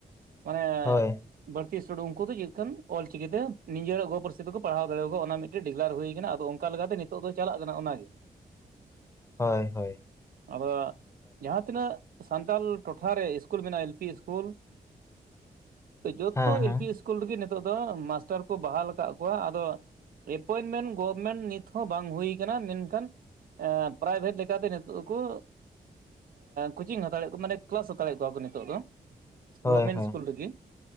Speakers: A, on the right; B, on the left.
A: ᱢᱟᱱᱮ
B: ᱦᱳᱭ
A: ᱵᱟᱹᱲᱛᱤ ᱥᱴᱩᱰᱴ ᱩᱱᱠᱩ ᱫᱚ ᱪᱮᱫ ᱞᱮᱟᱱ ᱚᱞ ᱪᱤᱠᱤᱛᱮ ᱱᱤᱡᱮᱨᱟᱜ ᱜᱚ ᱯᱟᱹᱨᱥᱤ ᱛᱮᱠᱚ ᱯᱟᱲᱦᱟᱣ ᱫᱟᱲᱮᱭᱟᱠᱚᱣᱟ ᱚᱱᱟ ᱢᱤᱫᱴᱮᱱ ᱰᱤᱜᱞᱟᱨ ᱦᱩᱭᱟ ᱟᱠᱟᱱᱟ ᱟᱫᱚ ᱚᱱᱠᱟ ᱞᱮᱠᱟᱛᱮ ᱱᱤᱛᱚᱜ ᱫᱚ ᱪᱟᱞᱟᱜ ᱠᱟᱱᱟ ᱚᱱᱟ ᱜᱮ
B: ᱦᱚᱭ ᱦᱚᱭ
A: ᱟᱫᱚ ᱡᱟᱦᱟᱸ ᱛᱤᱱᱟᱹᱜᱼᱼ ᱥᱟᱱᱛᱟᱞ ᱴᱚᱴᱷᱟ ᱨᱮ ᱤᱥᱠᱩᱞ ᱢᱮᱱᱟᱜᱼᱟ ᱮᱞ ᱯᱤ ᱤᱥᱠᱩᱞ ᱡᱚᱛᱚ
B: ᱦᱮᱸ ᱦᱮᱸ
A: ᱮᱞ ᱯᱤ ᱤᱥᱠᱩᱞᱼᱼ ᱠᱩᱞ ᱨᱮᱜᱮ ᱱᱤᱛᱚᱜ ᱫᱚ ᱢᱟᱥᱴᱟᱨ ᱠᱚ ᱵᱟᱦᱟᱞ ᱟᱠᱟᱫ ᱠᱚᱣᱟ ᱟᱫᱚᱼᱼ ᱮᱯᱚᱭᱮᱱᱴᱢᱮᱱᱴ ᱜᱚᱵᱷᱢᱮᱱᱴ ᱱᱤᱛ ᱦᱚᱸ ᱵᱟᱝ ᱦᱩᱭᱩ ᱟᱠᱟᱱᱟ ᱢᱮᱱᱠᱷᱟᱱᱼᱼ ᱮᱸ ᱯᱨᱟᱭᱵᱷᱮᱴ ᱞᱮᱠᱟᱛᱮ ᱱᱤᱛᱚᱜᱼᱼ ᱩᱱᱠᱩ ᱠᱳᱪᱤᱝ ᱦᱟᱛᱟᱲᱮᱫ ᱠᱚ ᱢᱟᱱᱮ ᱠᱮᱞᱟᱥ ᱦᱟᱛᱟᱲᱮᱫ ᱠᱚᱣᱟ ᱠᱚ ᱱᱤᱛᱚᱜ ᱫᱚᱼᱼ
B: ᱦᱳᱭ
A: ᱜᱚᱵᱷᱢᱮᱱᱴ
B: ᱦᱳᱭ
A: ᱤᱥᱠᱩᱞ ᱨᱮᱜᱮ᱾